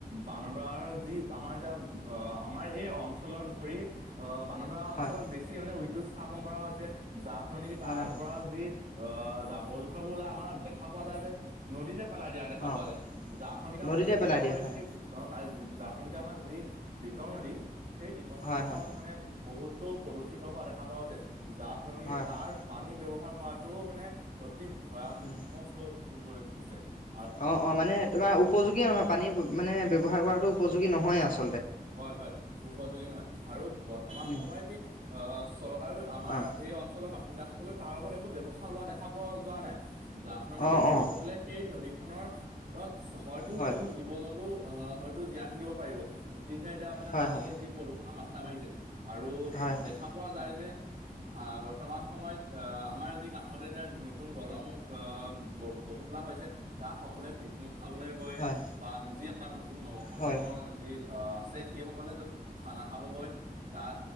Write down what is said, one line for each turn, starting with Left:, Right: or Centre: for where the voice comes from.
Right: বানদাৰ যি আমাৰ এতিয়া আমাৰ এই অঞ্চলত ধৰি অহ বানদৰা অঞ্চলত
Left: হয়,
Right: বেছি মানে উদ্যোগ স্থাপন কৰা হৈছে। যাৰ ফলত নেকি তাৰ
Left: হয়, হয়,
Right: অ জাবৰ জোথৰ বোৰ ললে আমাৰ দেখা পোৱা যায় যে নদীতে পেলাই দিয়া দেখা
Left: অ',
Right: পোৱা যায়। যাৰ ফলনিকে আমাৰ
Left: নদীতে
Right: যি বিসংগতি
Left: পেলাই দিয়ে হয়,
Right: সেই ত জাৰ ফলনিকি আমাৰ যি দিকং নদী সেই দিকং নদীখন
Left: হয়, হয়,
Right: মানে বহুতো প্ৰদূষিত হোৱা দেখা পোৱা গৈছে। যাৰ ফলত নেকি
Left: হয়,
Right: তাৰ
Left: হয়,
Right: পানী ব্যৱহাৰ কৰাটোও মানে অতি ভয়ানক
Left: উম,
Right: হৈ <unintelligible>
Left: অ অ মানে তোমাৰ উপযোগীয়ে নহয় পানী মানে ব্যৱহাৰ কৰাতো উপযোগী নহয়ে আছে
Right: হয় হয় উপযোগী নহয় আৰু বৰ্তমান
Left: উম,
Right: সময়তে অ চৰকাৰো আমাৰ
Left: অ',
Right: এই অঞ্চলৰ বাসিন্দাসকলে তাৰ লগত একো ব্যৱস্থা লোৱা দেখা পোৱা যোৱা নাই। যাৰ ফলত নেকি
Left: অ',
Right: ভৱিষ্যতলৈ
Left: অ',
Right: সেই নদীখনৰ হয়তো
Left: হয়,
Right: কোনো জীৱ জন্তু অহ হয়তো জীয়াই থাকিব পাৰিব, যিহে এতিয়া মানে
Left: হয়,
Right: পানী
Left: হয়।
Right: যি প্ৰদূষণৰ মাত্ৰা বাঢ়িছে আৰু
Left: হয় হয়
Right: দেখা পোৱা যায় যে অ বৰ্তমান সময়ত অ আমাৰ যি কাষ তে এতিয়া নতুন দলং আহ গঢ়ি তোলা হৈছে, তাত সকলোৱে পিকনিক খাবলৈ গৈ
Left: হয়
Right: বা যি আমাৰ নতুন নৱপ্ৰজন্মৰ
Left: হয়
Right: যি অঃ আছে সেইসকলে য'ত খানা খাবগৈ তাত